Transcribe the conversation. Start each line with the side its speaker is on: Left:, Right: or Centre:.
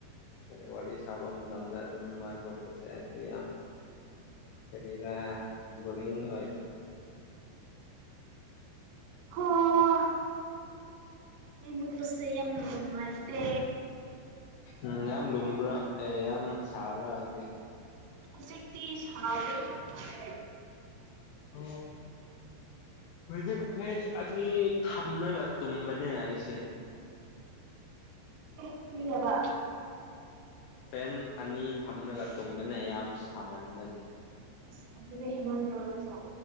Left: ꯀ ꯋꯥꯔꯤ ꯁꯥꯕ ꯃꯇꯝꯗ ꯑꯗꯨꯝ ꯃꯩ ꯃꯣꯠꯄꯁꯦ ꯑꯩꯁꯨ ꯌꯥꯝ ꯀꯔꯤꯔꯥ ꯕꯣꯔꯤꯡ ꯑꯣꯏ
Right: ꯍ ꯃꯩ ꯃꯨꯠꯄꯁꯦ ꯌꯥꯝ ꯅꯨꯉꯥꯏꯇꯦ
Left: ꯎꯝ ꯌꯥꯝ ꯂꯨꯝ꯭ꯔꯥ ꯑꯦ ꯌꯥꯝ ꯁꯥꯕ꯭ꯔꯥ ꯍꯧꯖꯤꯛ
Right: ꯍꯧꯖꯤꯛꯇꯤ <unintelligible> ꯃꯥꯜꯂꯦ
Left: ꯍꯂꯣ ꯍꯧꯗꯛ ꯐꯦꯠ ꯑꯅꯤ ꯊꯝꯂꯒ ꯇꯨꯝꯕꯅꯦ ꯑꯩꯁꯦ
Right: ꯀꯔꯤ ꯍꯥꯏꯕꯥ
Left: ꯐꯦꯟ ꯑꯅꯤ ꯊꯝꯂꯒ ꯇꯨꯝꯕꯅꯦ ꯌꯥꯝ ꯁꯥꯃꯟꯕꯒꯤ
Right: ꯑꯁ ꯑꯗꯨꯗꯤ ꯍꯦꯟꯃꯟꯗ꯭ꯔꯣ ꯅꯪꯁꯨ